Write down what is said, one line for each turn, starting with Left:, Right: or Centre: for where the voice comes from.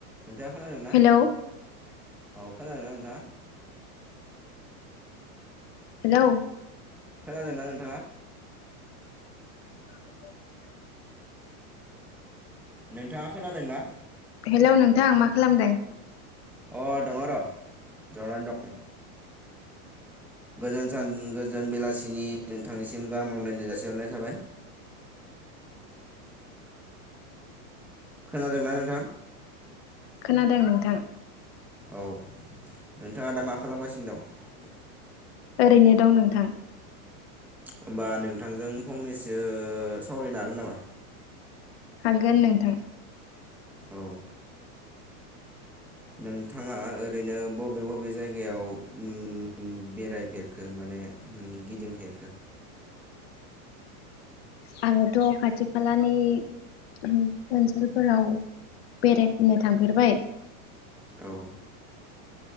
Centre: नोंथाङा खोनादोंना
Left: हेलौ
Centre: औ खोनादोंना नोंथाङा।
Left: हेलौ
Centre: खोनादोंना नोंथाङा?
Left: <inaudible>
Centre: नोंथाङा खोनादोंना?
Left: हेलौ नोंथां मा खालामदों।
Centre: अ दङ र' जनानै दं। गोजोन सान गोजोन बेलासिनि नोंथांनिसिम गाहाम हामग्लायनाय जासिहरनाय थाबाय। खोनादोंना नोंथां।
Left: खोनादों नोंथां।
Centre: औ नोंथाङा दा मा खालामगासिनो दं।
Left: ओरैनो दं नोंथां।
Centre: होमबा नोंथांजों फंनैसो सावरायनो हागोन नामा?
Left: हागोन नोंथां।
Centre: औ। नोंथाङा ओरैनो बबे बबे जायगायाव ओम बेरायफेरखो माने ओम गिदिंफेरखो
Left: आङोथ खाथि खालानि ओनसोलफोराव बेरायनो थांफेरबाय
Centre: औ